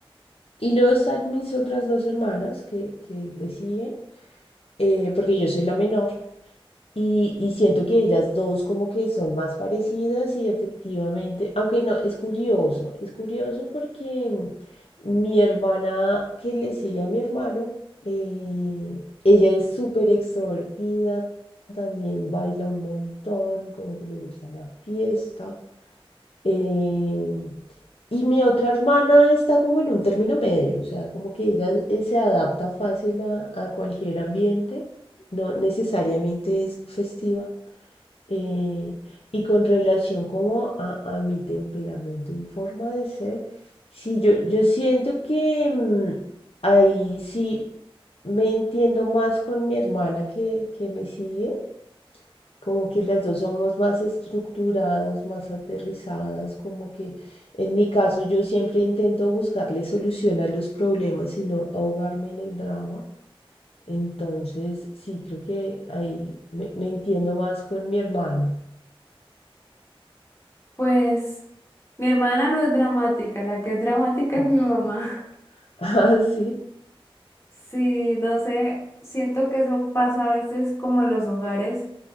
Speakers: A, on the left; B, on the left.
A: Y luego están mis otras dos hermanas que, que le siguen, eh, porque yo soy la menor. Y, y siento que ellas dos como que son más parecidas y efectivamente, aunque no, es curioso, es curioso porque mi hermana que le sigue a mi hermano, eh, ella es súper extrovertida, también baila un montón, como que le gusta la fiesta. Eh, y mi otra hermana está como en un término medio, o sea, como que ella eh, se adapta fácil a, a cualquier ambiente, no necesariamente es festiva. eh, y con relación como a, a mi temperamento y forma de ser, sí, yo, yo siento que mm, ahí sí me entiendo más con mi hermana que, que me sigue. Como que las dos somos más estructuradas, más aterrizadas, como que en mi caso yo siempre intento buscarle solución a los problemas y no ahogarme en el drama. Entonces, sí, creo que ahí me, me entiendo más con mi hermana.
B: Pues mi hermana no es dramática, la que es dramática
A: <laughs>
B: es mi mamá.
A: Ah, sí.
B: Sí, no sé, siento que eso pasa a veces como en los hogares,